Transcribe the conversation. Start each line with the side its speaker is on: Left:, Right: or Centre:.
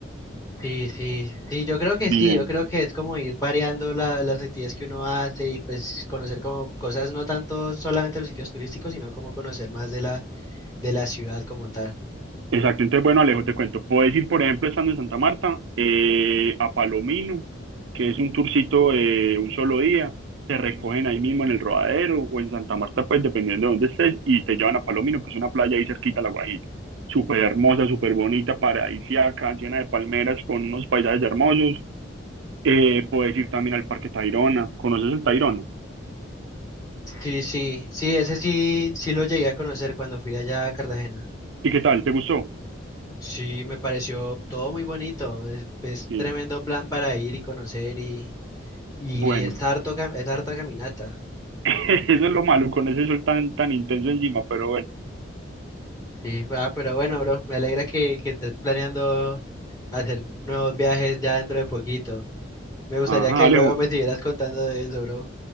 Left: sí, sí, sí, yo creo que
Right: Bien.
Left: sí, yo creo que es como ir variando la- las actividades que uno hace y pues conocer como cosas, no tanto solamente los sitios turísticos, sino como conocer más de la, de la ciudad como tal.
Right: Exacto, entonces bueno, Alejo, te cuento. Puedes ir, por ejemplo, estando en Santa Marta, eh, a Palomino, que es un tourcito de un solo día. Te recogen ahí mismo en el Rodadero o en Santa Marta, pues dependiendo de dónde estés, y te llevan a Palomino, que es una playa ahí cerquita a La Guajira. Súper hermosa, súper bonita, paradisíaca, llena de palmeras con unos paisajes hermosos. Eh, puedes ir también al Parque Tayrona. ¿Conoces el Tayrona?
Left: Sí, sí, sí, ese sí, sí lo llegué a conocer cuando fui allá a Cartagena.
Right: ¿Y qué tal? ¿Te gustó?
Left: Sí, me pareció todo muy bonito, es, es
Right: Sí.
Left: tremendo plan para ir y conocer y, y
Right: Bueno,
Left: es harto, ca- es harta caminata.
Right: <laughs> eso es lo malo con ese sol tan, tan intenso encima, pero bueno.
Left: Sí, ah, pero bueno, bro, me alegra que, que estés planeando hacer nuevos viajes ya dentro de poquito. Me gustaría
Right: Ajá,
Left: que
Right: Alejo.
Left: luego me siguieras contando de eso, bro.